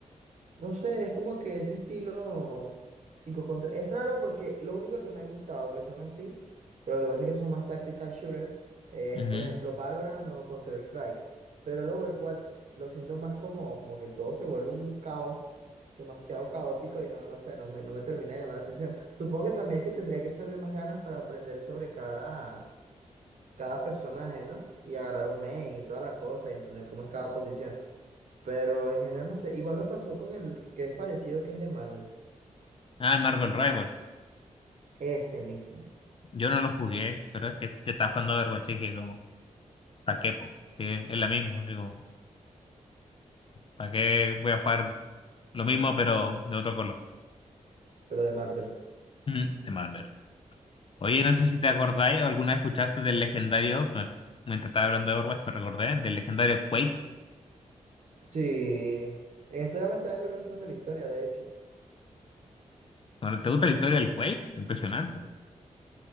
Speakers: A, on the right; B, on the left.
A: No sé, es como que ese estilo 5 contra... Es raro porque lo único que me han gustado que son así, pero lo que pasa es que son más tactical shooter, es
B: Ujú.
A: por ejemplo Valorant o Counter-Strike. Pero el Overwatch lo siento más como, como que todo se vuelve un caos, demasiado caótico y no, no sé, no me, no me termina de llamar la atención. Supongo que también es que tendría que echarle más ganas para aprender sobre cada cada personaje, ¿no? Y agarrar un main y toda la cosa y entender cómo es cada posición. Pero en general no sé. Igual me pasó con el que es parecido, que es de Marvel.
B: Ah, el Marvel Rivals.
A: Ese mismo,
B: Yo no lo jugué, pero es que, que estaba jugando Overwatch y dije como, ¿para qué, po? Sí, es la misma, digo, ¿para qué voy a jugar lo mismo pero de otro color?
A: pero de Marvel.
B: Ujú, De Marvel. Oye, no sé si te acordáis o alguna vez escuchaste del legendario, que me- mientras estaba hablando de Overwatch me recordé, del legendario Quake.
A: Sí. En esto ya me está viendo el resumen de la historia, de hecho.
B: Bueno, ¿Te gusta la historia del Quake? Impresionante.